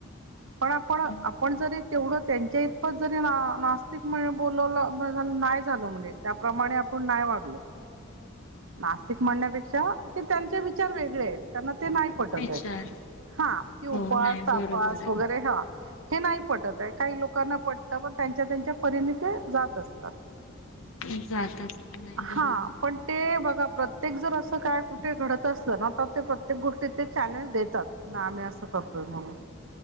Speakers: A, on the right (about 65°); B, on the left (about 70°).
A: पण आपण
B: हा
A: -आपण जरी तेवढं त्यांच्या इतपत जरी ना नास्तिक म्ह <unintelligible> बोलवलं <unintelligible> नाही झालं म्हणजे त्याप्रमाणे आपण नाही वागलो
B: <inaudible>
A: नास्तिक म्हणण्यापेक्षा की त्यांचे विचार वेगळे आहेत त्यांना ते नाही पटताइत
B: विचार
A: हा ते उपास
B: हो नाही
A: तापास
B: बरोबर
A: वगैरे हा हे नाही पटत दाय काही लोकांना पटत, पण त्यांच्या- त्यांच्या पिरिने ते जात असतात.
B: <inaudible> जात असत नाही बरोबर
A: हा
B: आहे
A: पण ते बघा प्रत्येक जर अस काय कुठे घडत असलं ना तर ते प्रत्येक गोष्टीत ते चॅलेंज देतात ना आम्ही असं करतोय म्हणून.